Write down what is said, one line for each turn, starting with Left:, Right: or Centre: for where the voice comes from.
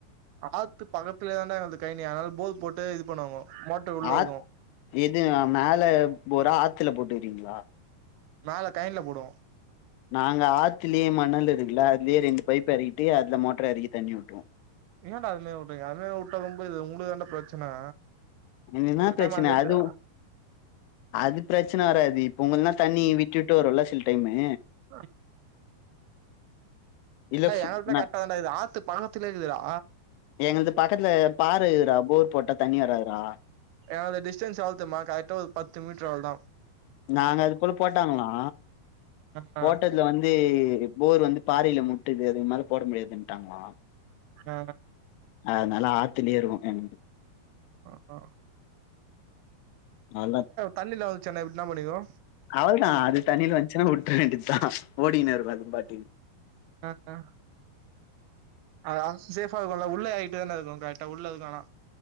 Right: ஆத்து பக்கத்துலேயே தாண்டா இருக்கு கழினி அதனால போர் போட்டு இது பண்ணுவாங்கோ மோட்ரு உள்ள
Left: ஆத்
Right: இருக்கு
Left: எது மேல போரா ஆத்துல போட்டுக்கறீங்களா
Right: மேல கயன்ல போடுவோ
Left: நாங்க ஆத்தலேயே மணல் இருக்குல அதுலயே ரெண்டு பைப் ஏறக்கிட்டு அதுல மோட்டர எறக்கி தண்ணி ஓட்டுவோ
Right: ஏன்டா அதுலே வுட்றீங்க அதுலே வுட்ட ரொம்ப இது உங்களுக்கு தான்டா பிரச்சன
Left: என்கென்னா
Right: ஒரு
Left: பிரச்சனை
Right: டைம் அந்த எடத்து
Left: அதுவு அது பிரச்சனை வராது இப்ப உங்கல்லா தண்ணி விட்டு விட்டு வரும்ல சில டைம்மு
Right: அ
Left: இல்ல
Right: டேய்
Left: ஃபு
Right: எங்க வீட்டுல
Left: ந
Right: கரெக்டாதண்டா இருக்கு ஆத்து பாலத்துல இருக்குதுடா
Left: எங்களது பக்கத்துல பாரு இருகுறா போர் போட்டா தண்ணி வராதுடா
Right: எங்களது டிஸ்டன்ஸ் எவ்வளத் தெரியுமா கரக்டா ஒரு பத்து மீட்டர் அவ்ளதா
Left: நானூறுகுள்ள போட்டாங்களா
Right: ஆ
Left: போட்டத்துல
Right: ஆ
Left: வந்து போர் வந்து பாறையில முட்டுது அதுக்கு மேல போட முடியாதுட்டாங்கோ
Right: ஆ
Left: அதுனாலா ஆத்துலேயே இருக்கு என
Right: அஹ
Left: அவ்ளதா அத்
Right: தண்ணில வந்துச்சுன்னா எப்டினா பண்ணுவீங்கோ
Left: அவ்ளதா அது தண்ணியில வந்ச்சுன்னா வுட் ட்டற வேண்டி தா ஓடிகினு இருக்கு அது பாட்டுகு
Right: அஹ அ அது சேஃபா இருக்குல்ல உள்ள ஏறிட்டு தானே இருக்கு கரெக்டா உள்ள இருக்கு ஆனா